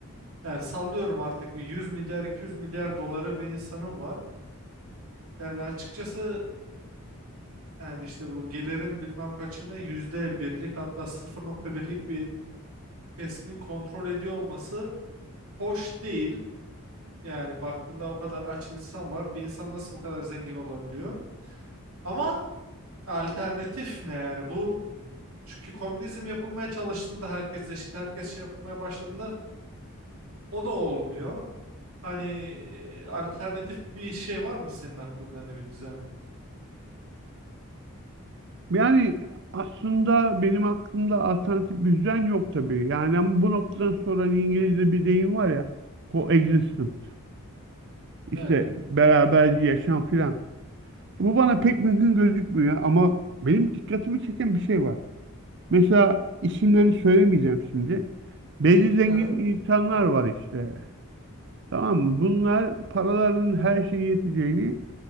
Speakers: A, on the right; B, on the right.
A: yani sallıyorum artık bir 100 milyar 200 milyar doları bir insanım var. Yani açıkçası yani işte bu gelirin bilmem kaçını yüzde birlik hatta 0.1'lik bir kesimin kontrol ediyor olması hoş değil. Yani baktığında o kadar aç insan var. Bir insan nasıl bu kadar zengin olabiliyor? Ama alternatif ne yani? Bu çünkü komünizm yapılmaya çalıştığında herkes eşit, herkes şey yapılmaya başladığında o da olmuyor. Hani e, alternatif bir şey var mı senin aklında hani bir düzen?
B: Yani aslında benim aklımda alternatif bir düzen yok tabii. Yani ama bu noktadan sonra hani İngilizce bir deyim var ya, coexistence. İşte
A: Evet.
B: beraberce yaşam filan. Bu bana pek mümkün gözükmüyor ama benim dikkatimi çeken bir şey var. Mesela isimlerini söylemeyeceğim şimdi. Belli zengin
A: Evet.
B: insanlar var işte. Tamam mı? Bunlar paralarının her şeye yeteceğini,